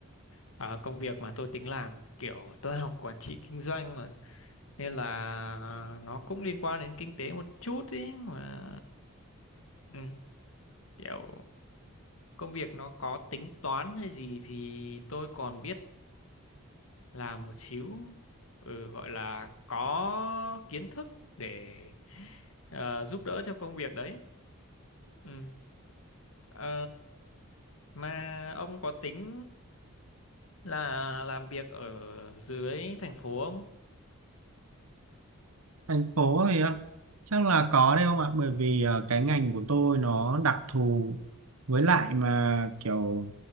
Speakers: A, on the left; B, on the right.
A: ờ, công việc mà tôi tính làm kiểu tôi học quản trị kinh doanh nên là nó cũng liên quan đến kinh tế một chút ý mà ừ, kiểu công việc nó có tính toán hay gì thì tôi còn biết làm một xíu ừ, gọi là có kiến thức để ờ, giúp đỡ cho công việc đấy ừ. Ờ, mà ông có tính là làm việc ở dưới thành phố không?
B: thành phố thì à, chắc là có đấy không ạ bởi vì à, cái ngành của tôi nó đặc thù với lại mà kiểu